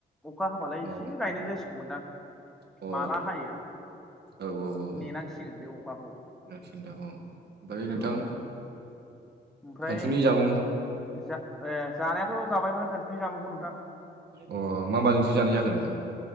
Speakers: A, in the centre; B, on the right.
A: अखा हाबालाय एसे
B: अ
A: गायनाय जासिगौमोनदां
B: अ औ
A: माला हायो
B: औ औ
A: नेनांसिगोनसो अखाखौ।
B: नोंसिना औ ओमफ्राय नोंथां
A: औ ओमफ्राय
B: सानसुनि जामुं
A: जा ए जानायाथ' जाबायमोन सानसुनि जामुंखौ नोंथां
B: अ मा माजोंसो जानाय जाखो नोंथां